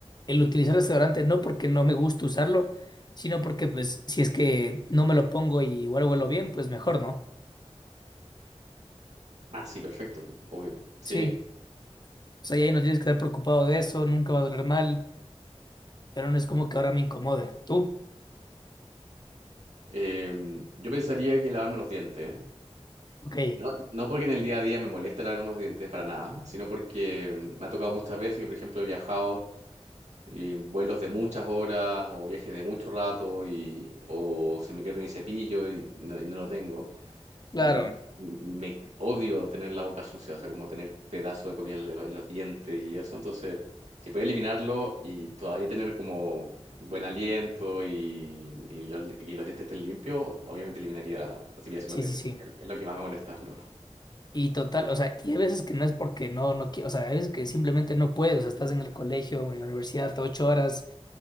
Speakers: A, on the left; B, on the right.
A: el utilizar desodorante, no porque no me gusta usarlo, sino porque pues si es que no me lo pongo y igual huelo bien, pues mejor, ¿no?
B: Ah, sí, perfecto, obvio, sí.
A: Sí, o sea, y ahí no tienes que estar preocupado de eso, nunca va a doler mal, pero no es como que ahora me incomode. ¿Tú?
B: Eh, yo pensaría que lavarme los dientes.
A: Ok,
B: No, no porque en el día a día me moleste lavarme los dientes para nada, sino porque mm, me ha tocado muchas veces que, por ejemplo, he viajado eh, en vuelos de muchas horas o viajes de mucho rato y, o se me pierde mi cepillo y no, y no lo tengo.
A: claro,
B: Y me odio tener la boca sucia, o sea, como tener pedazo de comida en lo- en los dientes y eso. Entonces, si puedo eliminarlo y todavía tener como buen aliento y, y los, y los dientes estén limpios, obviamente eliminaría, si me hacen
A: sí,
B: los dientes.
A: sí, sí.
B: Es es lo que más me molesta, en verdad.
A: Y total, o sea, y hay veces que no es porque no, no quiero, o sea, hay veces que simplemente no puedes, o sea, estás en el colegio, en la universidad, ocho horas,